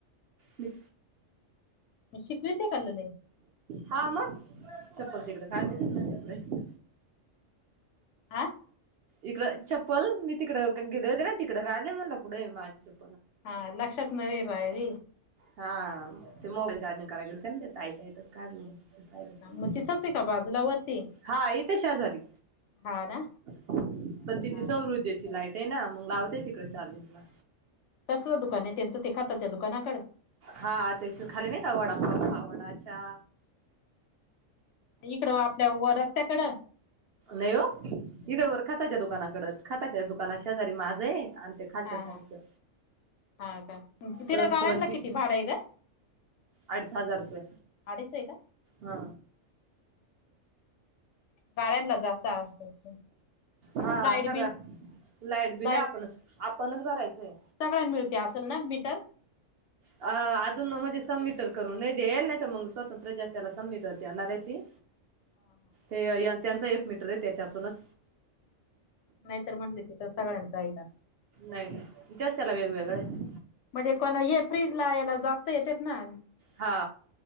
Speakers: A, on the right; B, on the left.
A: मं
B: मं शिकव ते कलर
A: हा म चप्पल तिकड <unintelligible>
B: आ
A: इकडं चप्पल मी तिकडं गेले होते ना, तिकडं काढले म्हणलं क पुढे माझी च
B: हा लक्षात नाई रायी.
A: हा ते मोबाईल चार्जिंग कराय गेलतं ताईच्याच काढले
B: मग तिथंच आहे का बाजूला वरती
A: हा हितं शेजारी
B: हा ना
A: ह्, पण तिची
B: ह
A: सौर ऊर्जेची लाईट ये ना, मग लावते तिकडे चार्जिंगला
B: कसलं दुकानय त्यांचं? ते खाताच्या दुकानाकडं.
A: हा त्याचं खाल नाई का, वडापाव पाववडा चा?
B: इकडं, आपल्या व रस्त्याकडं.
A: नाई ओ, इकडं वर खाताच्या दुकानाकडं, खाताच्या दुकाना शेजारी माझंय आणि ते खालच्या
B: हा,
A: साईडच
B: हा, हा! का तिड
A: अ
B: गाळ्यांना
A: सुवंती
B: किती भाडं अय गं?
A: अडीच हजार रुपये
B: अडीच आहे का
A: हा
B: गाळ्यांना जास्त आ असत.
A: हा
B: लाईट
A: सगळा
B: बिल
A: बिल
B: लाईट
A: आहे आपणच आपणच भरायचंय.
B: सगळ्यां मिळते असेल ना, मीटर?
A: अ.. अजून म्हजी सममिटर करून नाही देल नाहीत, मग स्वतंत्र्य जास्त त्याला सममीटर दे्णाराय ती.
B: <inaudible>
A: याचं, त्याचं एक मीटरय. त्याच्यातूनच.
B: नायतर म्हटली तिथं सगळ्यांचं हाय का?
A: नाहीई <unintelligible> वेगवेगळं
B: म्हणजे, पण हे फ्रीज ला यायला जास्त येतेत ना?
A: हा